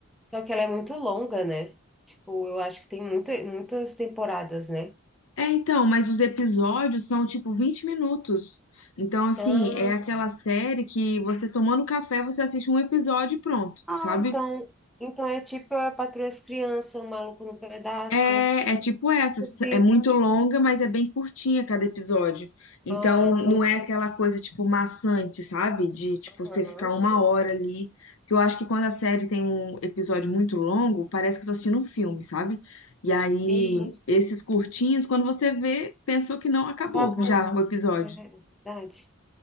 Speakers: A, in the centre; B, on the left.
A: só que ela é muito longa, né? Tipo, eu acho que tem muito, muitas temporadas, né?
B: É, então, mas os episódios são tipo 20 minutos. Então, assim,
A: Ah,
B: é aquela série que você tomando café, você assiste um episódio e pronto,
A: ah,
B: sabe?
A: então. Então é tipo a Patroa e as Crianças, o Maluco no Pedaço.
B: É, é tipo essa, s-
A: Esse-
B: é muito longa, mas é bem curtinha cada episódio. Então
A: Ah,
B: não
A: tem.
B: é aquela coisa tipo maçante, sabe? De tipo você
A: Aham.
B: ficar uma hora ali. Que eu acho que quando a série tem um episódio muito longo, parece que eu tô assistindo um filme, sabe? E aí
A: Isso.
B: esses curtinhos, quando você vê, pensou que não acabou
A: Acabou.
B: já o episódio.
A: É é verdade.